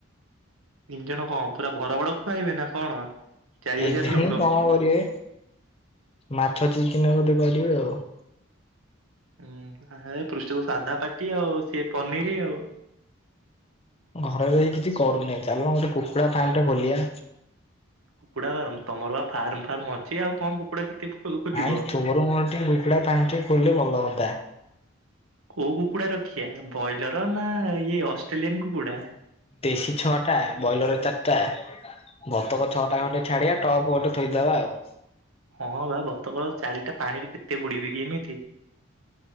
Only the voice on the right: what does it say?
ତିନି ଜଣ କଣ ପୁରା ବଡ ବଡ ଖୁଆଇବେ ନା କଣ? ଚାରି ହଜାର
ଲୋକ
ହୁଁ ହାଏ ପୃଷ୍ଠିତ ସାଧା ପାଟି ଆଉ ସିଏ ପନିର ଆଉ।
କୁକୁଡ଼ା ଫାର୍ମ ତମର ବା ଫାର୍ମ ଫାର୍ମ ଅଛି ଆଉ କଣ କୁକୁଡ଼ା କେତେ ଖୋଲିବ
କୋଉ କୁକୁଡା ରଖିଆ ବ୍ରଏଲର ନା ଇଏ ଅଷ୍ଟ୍ରେଲିଆନ କୁକୁଡା?
ହଁ ବା, ବତକଳ ଚାରିଟା ପାଣିରେ କେତେ ବୁଡିବେ କି ଏମିତି?